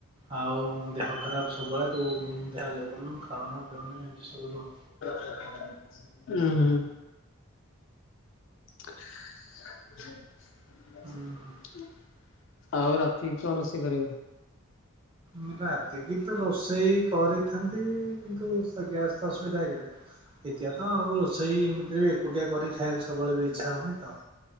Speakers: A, on the right; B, on the left.
A: ଆଉ ଦେହ ଖରାପ୍ ସବୁବେଳେ ତୁ ଦେହ ଯଗୁନୁ ଖାଉନୁ। ତମେ ଏମିତି ସବୁ ରୁହ।
B: ଉଁ ହୁଁ <unintelligible>
A: ହୁଁ।
B: ଆଉ ରାତିି କି କଣ ରୋଷେଇ କରିବ?
A: ମୁ ରାତିକି ତ ରୋଷେଇ କରିଥାନ୍ତି କିନ୍ତୁ ଗ୍ୟାସ୍ ତ ଅସୁବିଧା ହେଇଗଲା। <unintelligible> ଦିତୀୟ ତ ଆଉ ରୋଷେଇ ଏମିତିରେ ବି ଏକୁଟିଆ କରିିକିଖାଇବାକୁ ସବୁବେଳେ ବି ଇଚ୍ଛା ହଉନି ତ।